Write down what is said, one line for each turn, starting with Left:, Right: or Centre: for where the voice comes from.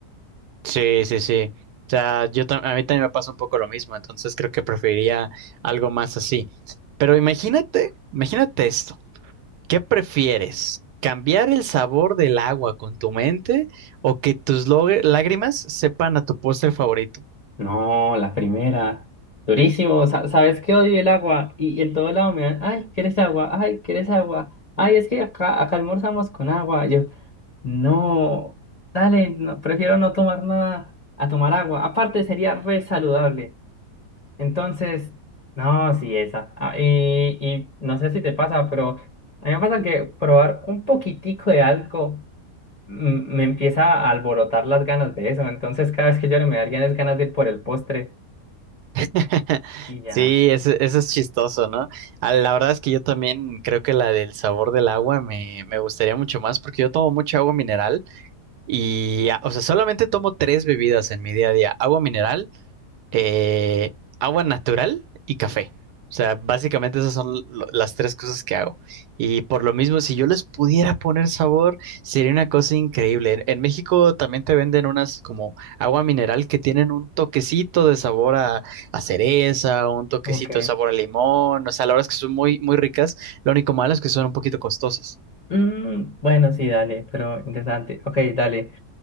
Right: Sí, sí, sí. O sea, yo tam- a mí también me pasa un poco lo mismo, entonces creo que preferiría algo más así. Pero imagínate, imagínate esto. ¿Qué prefieres? ¿Cambiar el sabor del agua con tu mente o que tus lo- lágrimas sepan a tu postre favorito?
Left: No, la primera. Durísimo. Sa- ¿Sabes que odio el agua? Y en todo lado me dan, ay, ¿quieres agua? Ay, ¿quieres agua? Ay, es que acá, acá almorzamos con agua. No, dale, no, prefiero no tomar nada a tomar agua. Aparte sería re saludable. Entonces, no, sí, esa. Ah, y, y no sé si te pasa, pero a mí me pasa que probar un poquitico de algo mm, me empieza a alborotar las ganas de eso. Entonces, cada vez que yo me darían es ganas de ir por el postre
Right: <laughs>
Left: y ya.
Right: Sí, ese- eso, es chistoso, ¿no? Ah, La verdad es que yo también creo que la del sabor del agua me, me gustaría mucho más porque yo tomo mucha agua mineral y, ah, o sea, solamente tomo tres bebidas en mi día a día. Agua mineral eh, agua natural y café. O sea, básicamente esas son lo- las tres cosas que hago. Y por lo mismo, si yo les pudiera poner sabor, sería una cosa increíble. En, en México también te venden unas como agua mineral que tienen un toquecito de sabor a, a cereza, un toquecito
Left: Ok.
Right: de sabor a limón. O sea, la verdad es que son muy, muy ricas. Lo único malo es que son un poquito costosas.
Left: Mm, bueno, sí, dale, pero interesante. Ok, dale.